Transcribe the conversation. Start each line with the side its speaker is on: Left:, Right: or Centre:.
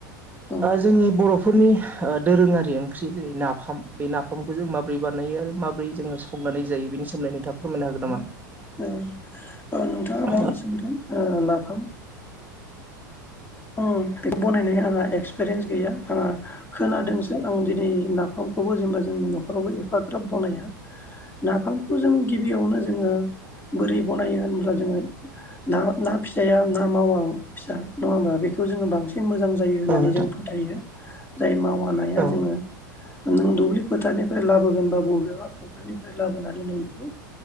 Left: औ
Right: जोंनि बर' फोरनि दोरोङारि ओंख्रि जेरै ना नाफाम बे नाफामखौ जों माबोरै बानायो आरो माबोरै जोङो संनानै जायो बेनि सोमोनदै नोंथाङा फोरमायनो हागोन नामा?
Left: औ औ ओ नोंथाङा
Right: औ
Left: बावनो सोंदों नाफाम औ‌ बेखौ बनायनाय आंहा एक्सपिरियेन्स गैया आंहा खोनादोंसो आं ओं दिनै नाखौ जा जोंनि नाव एफाग्राब बनाया नाफामखौ जों गिबियावनो जोङो बोरै बनायो होनब्ला जोङो ना ना फिसाया ना मावा फिसा नङा होमबा बेखौ जोङो बांसिन मोजां जायो होननानै
Right: औ नोंथां
Left: जों फोथायो जाय मावनाया
Right: औ
Left: जोङो नों दुब्लि फोथारनिफ्राय लाबोगोन बा बबेबा फुख्रिनिफ्राय लाबोनानै नों बेखौ